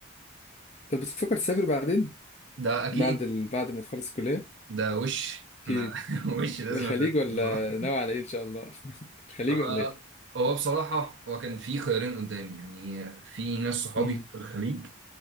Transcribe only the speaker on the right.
ده اكيد
ده وش
ما <laughs> وش لازم
أتدرب
بصراحة.
آه،
هو بصراحة هو كان في خيارين قدامي يعني في ناس صحابي
في الخليج